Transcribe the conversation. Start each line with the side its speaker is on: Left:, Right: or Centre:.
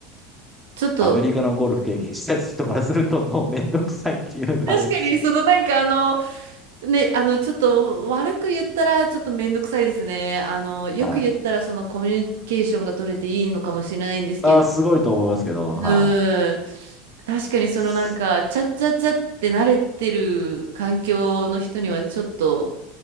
Right: ちょっと、
Centre: アメリカのゴルフ経験した人からすると、もうめんどくさいっていうのがあるんですよ。
Right: 確かに、そのなんかあの、ね、あの、ちょっと悪く言ったらちょっとめんどくさいですね。あの、よく言ったらそのコミュニケーションが取れていいのかもしれないんですけど、
Centre: はい。あー、すごいと思いますけど、
Right: うん。
Centre: はい。
Right: 確かにそのなんか、
Centre: そ
Right: ちゃっちゃっちゃって慣れてる環境の人にはちょっと、